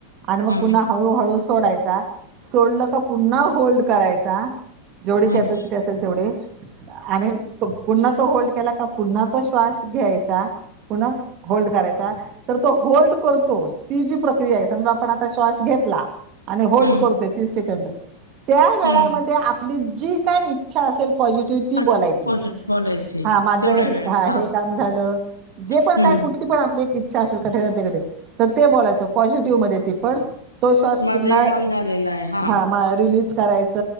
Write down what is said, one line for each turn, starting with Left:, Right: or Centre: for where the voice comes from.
Right: आणि मग
Left: हम्म
Right: पुन्हा हळूहळू सोडायचा सोडल का पुन्हा होल्ड करायचा. जेवढी
Left: हम्म
Right: कॅपॅसिटी असेल तेवढी. आणि पुन्हा तो होल्ड केला की पुन्हा तो श्वास घ्यायचा. पुन्हा होल्ड करायचा. तर तो होल्ड करतो ती जी प्रक्रिया आहे, समजा आपण आता श्वास घेतला. आणि होल्ड
Left: हम्म
Right: करतोय तीस सेकंद त्या वेळामध्य
Left: हम्म
Right: आपल्या आपली जी काही इच्छा असेल पॉझिटिव्ह ती
Left: अस
Right: बोलायची
Left: पोचट बोलायची
Right: हां माझ
Left: तेवढ्या
Right: हे
Left: वेळात हा
Right: काम झाल, जे
Left: हम्म
Right: पण काय कुठ पण आपली एक इच्छा असेल कठीणातली कठीण तर ते बोलायच पॉझिटिव्ह मध्ये ते पण. तो श्वास
Left: माझं
Right: पुन्हा
Left: हे काम झालेलं आहे हा हम्म
Right: हां मग रिलीज करायच.